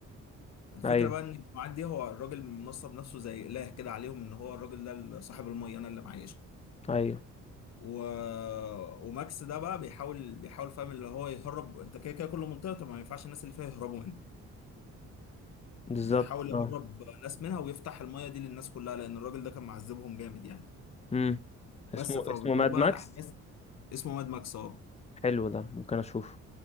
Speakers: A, on the left; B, on the left.
A: الفكرة
B: أيوه
A: بقى ان الجماعات دي هو الراجل منصب نفسه زي اله كده عليهم ان هو الراجل ده صاحب المية انا اللي معايش
B: أيوه
A: و... وماكس ده بقى بيحاول بيحاول فاهم اللي هو يهرب انت كده كده كل منطقه طب ما ينفعش الناس اللي فيها يهربوا منها
B: بالظبط
A: بيحاول يهرب
B: اه
A: ناس منها ويفتح المايه دي للناس كلها لان الراجل ده كان معذبهم جامد يعني
B: امم
A: بس
B: اسمه
A: فبتدور
B: اسمه ماد
A: بقى
B: ماكس
A: الاحداث اسمه ماد ماكس اه
B: حلو ده ممكن أشوفه